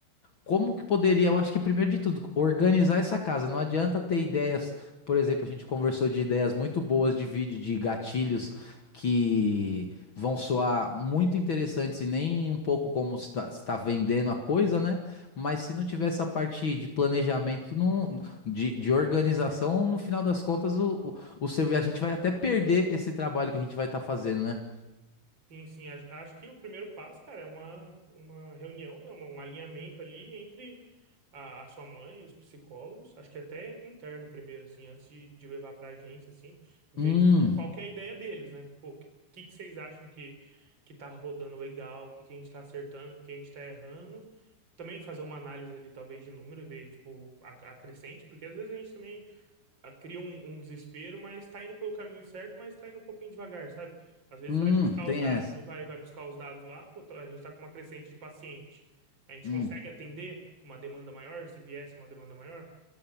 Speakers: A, on the left; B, on the right.
A: Como que poderia, eu acho que primeiro de tudo, organizar essa casa. Não adianta ter ideias, por exemplo, a gente conversou de ideias muito boas de vídeo, de gatilhos que vão soar muito interessantes e nem um pouco como está, está vendendo a coisa, né? Mas se não tiver essa parte de planejamento, não, de, de organização, no final das contas, o, o, o servi- a gente vai até perder esse trabalho que a gente vai estar fazendo, né?
B: Sim, sim. Acho acho que o primeiro passo, cara, é uma, uma reunião, né? uma- Um alinhamento ali entre a, a sua mãe e os psicólogos. Acho que até interno primeiro, assim, antes de, de levar pra agência, assim, ver
A: Hum,
B: que, qual que é a ideia deles, né? Que, pô, que, que que vocês acham que, que tá rodando legal, o que, que a gente tá acertando, o que a gente tá errando. Também fazer uma análise ali, talvez, de número, ver, tipo, a, a crescente, porque às vezes a gente também ah, cria um, um desespero, mas tá indo pelo caminho certo, mas tá indo um pouquinho devagar, sabe? Às vezes
A: hum,
B: vai buscar
A: tem
B: os dados,
A: essa.
B: vai, vai buscar os dados lá, pô, tá- a gente tá com uma crescente de paciente. A gente
A: Hum,
B: consegue atender uma demanda maior, se viesse uma demanda maior?